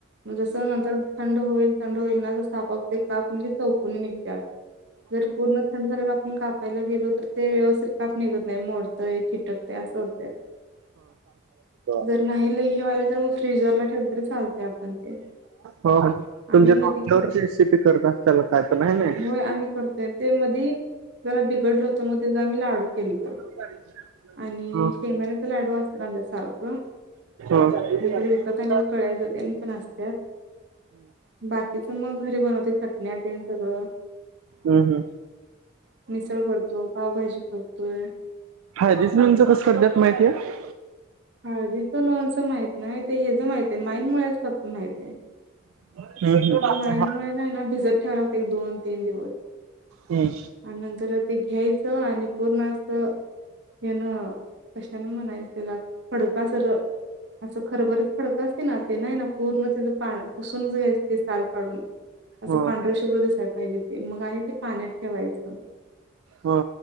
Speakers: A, on the right; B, on the right.
A: जसं नंतर थंड होईल थंड होईल ना तस आपोआप ते काप म्हणजे चौकून निघत्यात जर पूर्ण थंड झाल्यावर आपुन कापायला गेलो तर ते व्यवस्थित काप निघत नाही मोडतंय चिटकतय असं होतं. जर
B: हो
A: नाही ल हेवाला तर मग फ्रीजरला ठेवून तरी चालत आपण ते
B: हो तुमच्यावर
A: आम्ही मध्ये
B: रेसिपी करत अस त्याला खायच नाही ना
A: होय आम्ही करतोय ते मधी जरा बिघडलं होतं मग तेचा आ म्ही लाडू केल.
B: <inaudible>
A: आणि
B: ह
A: शेंगदाण्याचे लाडू असतील आच्या्यासारखं.
B: हम्म
A: नंतर विकत आलेल्या कळ्या ज देन पण असत्या बाकीच मग घरी बनवते चटण्या त सगळं
B: हम्म हम्म
A: मिसळ करतो पावभाजी करतोय
B: हा. बिजनेचं कसं कर दत माहिती आहे.
A: हळदीचं लोनचं माहित नाही ते हेच माहित आहे माईन मुच फक्त माहित आहे.
B: हम्म हम्म
A: ते माईंमुळे नाही ना भिजत ठेवा लागत एक दोन, तीन, दिवस
B: हम्म.
A: आणि नंतर आता घ्यायचं आणि पूर्ण असं घण कशान म्हणायचं. त्याला फडका सर असं खरबरच फडकच ना ते नाही ना पूर्ण त्याच पा पुसूनच घ्यायचं ते साल काढून असं
B: हा
A: पांढर शुभ्र दिसायला पाहिजे ते मग आणि ते पाण्यात ठेवायचं.
B: हा